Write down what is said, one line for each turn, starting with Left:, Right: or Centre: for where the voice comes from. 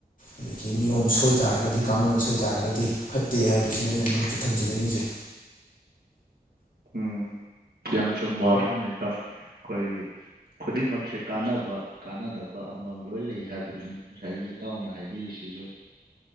Left: ꯑꯗꯒꯤ ꯅꯤꯌꯣꯝ ꯁꯣꯏ ꯇꯥꯔꯒꯗꯤ ꯀꯥꯡꯂꯣꯟ ꯁꯣꯏ ꯇꯥꯔꯒꯗꯤ ꯐꯠꯇꯦ ꯍꯥꯏꯕꯁꯤꯅ ꯑꯩꯅ ꯃꯔꯛꯇ ꯊꯝꯖꯅꯤꯡꯉꯤꯁꯦ
Right: ꯎꯝ ꯌꯥꯝ ꯆꯨꯝꯕ ꯋꯥꯐꯝꯅꯤ ꯏꯇꯥꯎ ꯑꯩꯈꯣꯏꯒꯤ ꯈꯨꯗꯤꯡꯃꯛꯁꯦ ꯀꯥꯟꯅꯕ ꯀꯥꯟꯅꯗꯕ ꯑꯃꯃꯝ ꯂꯣꯏ ꯂꯩ ꯍꯥꯏꯕꯗꯨꯅꯤ ꯉꯁꯥꯏꯒꯤ ꯏꯇꯥꯎꯅ ꯍꯥꯏꯕꯤꯔꯤꯁꯤꯁꯨ